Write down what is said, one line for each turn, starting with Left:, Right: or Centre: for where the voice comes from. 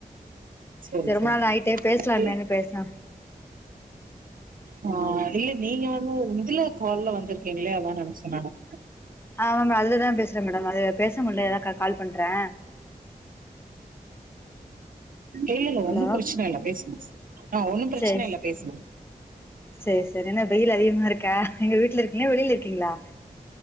Right: சேரி
Left: திரும்ப
Right: சேரி
Left: நைட்டே பேசலாமேன்னுட்டு
Right: இல்ல
Left: பேசலா
Right: ஆ இல்ல நீங்க வந்து இதுல கால்ல வந்திருக்கீங்களே அதா நெனைச்சே நானு
Left: ஆமா அதுலதா பேசுறே மேடம் அது பேச முல்ல எதா கால் பண்றே
Right: இல்லல்ல
Left: ஹலோ
Right: ஒன்னும் பிரச்சன இல்ல பேசுங்க ஆ ஒன்னும் பிரச்சன
Left: சேரி
Right: இல்ல பேசுங்க
Left: சேரி சேரி என்ன வெயில் அதிகமா இருக்கா எங்க வீட்ல இருக்கீங்களா வெளியில இருக்கீங்களா